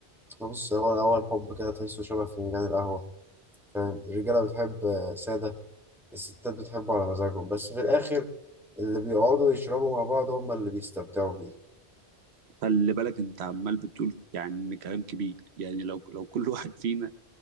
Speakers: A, in the centre; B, on the right (about 80°).
A: بص هو الاول الحب كده تحسه شبه فنجان القهوة فاهم الرجالة بتحب آه، سادة الستات بتحبه على مزاجهم بس في الاخر اللي بيقعدوا يشربوا مع بعض هم اللي بيستمتعوا بيه
B: خلي بالك انت عمال بتقول يعني كلام كبير يعني لو لو كل واحد فينا